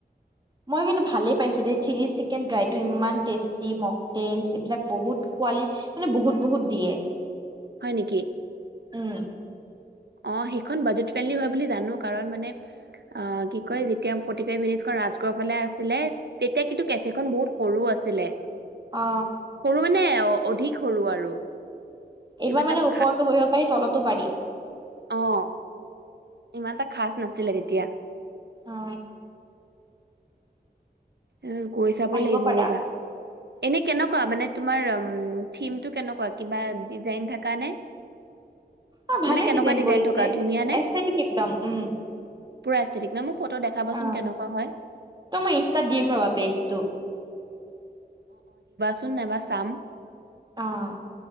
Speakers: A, on the right (about 25°); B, on the right (about 85°).
A: মই কিন্তু ভালেই পাইছো দেই, চিলি চিকেন ড্ৰাইটো ইমান টেষ্টি, মকতেলচ এইবিলাক বহুত পোৱালি মানে বহুত বহুত দিয়ে।
B: হয় নেকি?
A: উম
B: অ সেইখন বাজেট ফ্ৰেনলি হয় বোলি জানো, কাৰণ মানে অ কি কয় যেতিয়া ফৌৰটি ফাইভ মিনিটছ খন ৰাজগড় ফালে আছিলে তেতিয়া কিন্তু কেফেখনন বহুত সৰু আছিলে।
A: অ
B: সৰু মানে অধিক সৰু আৰু।
A: এইবাৰ
B: ইমান
A: মানে
B: এটা
A: ওপৰতো
B: খা
A: বহিব পাৰি তলতো পাৰি।
B: আহ ইমান এটা খাজ নাছিলে তেতিয়া।
A: অ।
B: অ গৈ চাব
A: আহিব
B: লাগিব
A: পাৰা।
B: ৰবা এনে কেনেকুৱা মানে তোমাৰ থিমটো কেনেকুৱা কিবা ডিজাইন থাকা নে?
A: অ ভালে
B: মানে কেনেকুৱা
A: ডিজাইন কৰিছে
B: থকা ধুনীয়া নে
A: এচঠাটিক একদম উম।
B: পুৰা এচটিটিক না? মোক ফটো দেখাবাচোন
A: অ
B: কেনেকুৱা হয়?
A: ত মই ইনষ্ট্ৰাত দিম ৰবা পেজটো।
B: চোন এবা চাম।
A: অহ